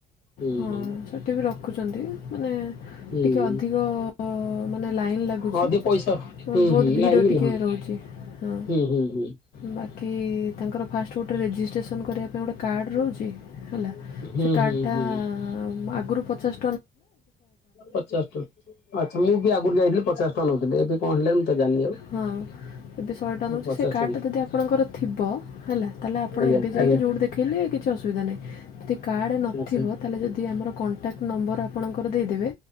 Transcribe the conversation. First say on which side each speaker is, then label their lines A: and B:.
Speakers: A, on the left; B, on the left.
A: ହୁଁ
B: ହଁ
A: ହୁଁ
B: ସେଠି ବି ରଖୁଛନ୍ତି ମାନେ
A: ହୁଁ
B: ଟିକେ
A: ହୁଁ
B: ଅଧିକ। ଅ ମାନେ ଲାଇନ୍ ଲାଗୁଛି
A: ହଁ ଅଧିକ
B: ନହେଲେ
A: ପଇସା ହୁଁ
B: ବହୁତ
A: ହୁଁ
B: ଭିଡ଼
A: ଲାଇନ ବି
B: ଟିକେ ରହୁଛି। ହଁ।
A: ହୁଁ, ହୁଁ, ହୁଁ।
B: ବାକି ତାଙ୍କର ଫାଷ୍ଟ୍ ଗୋଟେ ରେଜିଷ୍ଟ୍ରେସନ୍ କରିବା ପାଇଁ ଗୋଟେ କାର୍ଡ଼ ରହୁଛି ହେଲା।
A: ହୁଁ
B: ସେ କାର୍ଡଟା
A: ହୁଁ ହୁଁ
B: ଆଁ ଆଗରୁ ପଚାଶ ଟ
A: ପଚାଶ ଟଙ୍କା ଆଚ୍ଛା ମୁଁ ବି ଆଗରୁ ଯାଇଥିଲି ପଚାଶ ଟଙ୍କା ନଉଥିଲି ଏବେ। କଣ ହେଲାଣି ମୁଁ ତ ଜାଣିନି ଆଉ।
B: ହଁ। ଏବେ ଶହେ ଟଙ୍କା
A: ଆଉ
B: ନଉଛି
A: ପଚାଶ
B: ସେ କାର୍ଡଟା
A: ଟଙ୍କା
B: ଯଦି ଆପଣଙ୍କର ଥିବ ହେଲା ତାହେଲେ ଆପଣ
A: ଆଜ୍ଞା
B: ଏବେ ଯାଇକି
A: ଆଜ୍ଞା
B: ଯୋଉଠି ଦେ ଖେଇଲେ କିଛି ଅସୁବିଧା ନାହିଁ। ଯଦି କାର୍ଡ଼ ନଥିବ
A: ଆଚ୍ଛା
B: ତାହାଲେ ଯଦି ଆମର କଣ୍ଟାକ୍ଟ ନମ୍ବର ଆପଣଙ୍କର ଦେଇଦେବେ